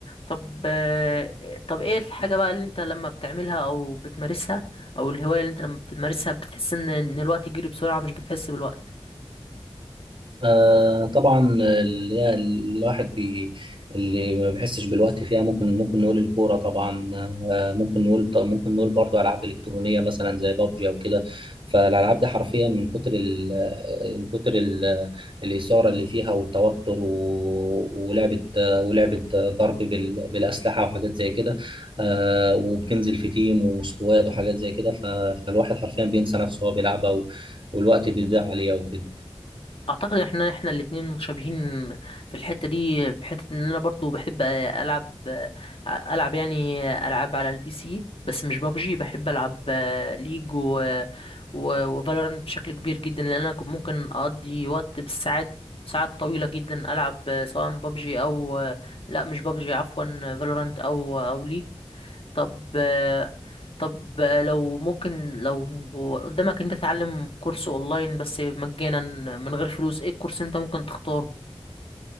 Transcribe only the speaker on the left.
طب آه، طب ايه الحاجة بقى اللي انت لما بتعملها او بتمارسها او الهواية اللي انت لما بتمارسها بتحس ان ان الوقت يجري بسرعة مش بتحس بالوقت
اعتقد احنا احنا الاتنين متشابهين في الحته دي بحته ان انا برضو بحب العب العب يعني العاب على البي سي بس مش بابجي بحب العب ليج و و وفالورانت بشكل كبير جدا لان انا كنت ممكن اقضي وقت بالساعات ساعات طويله جدا العب سواء بابجي او لا مش بابجي عفوا فالورانت او او ليج طب آه، طب آه، لو ممكن لو قدامك إن انت تتعلم كورس اونلاين بس مجانا من غير فلوس ايه الكورس انت ممكن تختاره